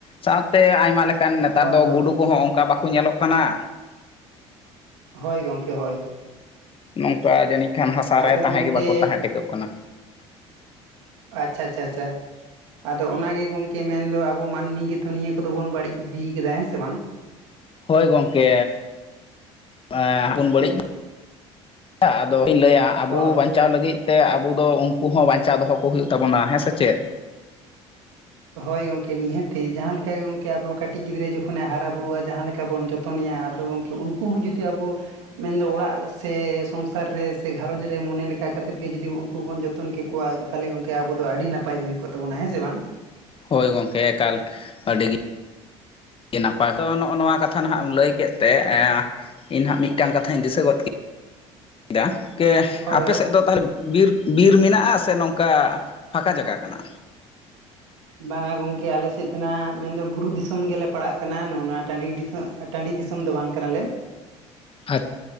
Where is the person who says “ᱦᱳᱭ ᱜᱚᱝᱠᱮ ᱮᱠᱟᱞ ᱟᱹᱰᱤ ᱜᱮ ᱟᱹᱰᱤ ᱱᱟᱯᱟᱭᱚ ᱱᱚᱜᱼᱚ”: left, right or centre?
Left